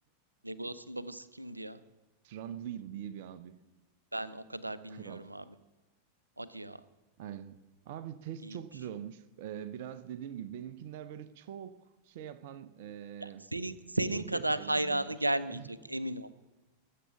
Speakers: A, on the right; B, on the right.
A: Legolas'ın babası kimdi ya?
B: <laughs> Thranduil diye bir abi.
A: Ben o kadar bilmiyorum
B: Kral.
A: abi. Hadi ya.
B: Aynen. Abi test
A: iyiymiş.
B: çok güzel olmuş. Ee, biraz dediğim gibi benimkiler böyle çok şey yapan e,
A: Ya senin senin
B: teknik
A: kadar
B: detaylar
A: hayranı
B: bunlar.
A: gelmeyecek
B: <laughs>
A: emin ol.